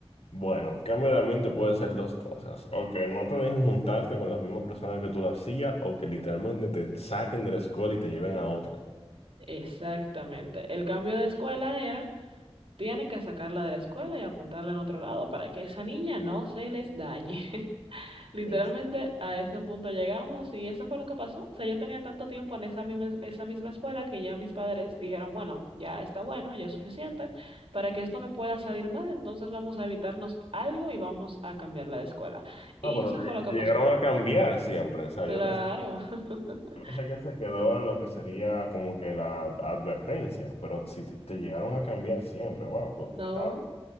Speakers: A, on the left; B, on the right.
A: bueno, cambio de ambiente puede ser dos cosas, o que no te dejen juntarte con las mismas personas que tú lo hacías, o que literalmente te saquen de la escuela y te lleven a otra.
B: Exactamente. El cambio de escuela era, tienen que sacarla de la escuela y apuntarla en otro lado para que esa niña no se les dañe. <laughs> Literalmente
A: Sí, sí.
B: a ese punto llegamos y eso fue lo que pasó. O sea, yo tenía tanto tiempo en esa misma, esa misma escuela que ya mis padres dijeron, bueno, ya está bueno, ya es suficiente para que esto no pueda salir mal, entonces vamos a evitarnos algo y vamos a cambiarla de escuela. Y
A: Ah, pero
B: eso
A: te
B: fue lo que pasó.
A: llegaron a cambiar siempre, o sea,
B: Claro.
A: yo pensé
B: <laughs>
A: Parece que se quedó en lo que sería como que la advertencia, pero si te, te llegaron a cambiar siempre, wow, pues
B: No.
A: estabas...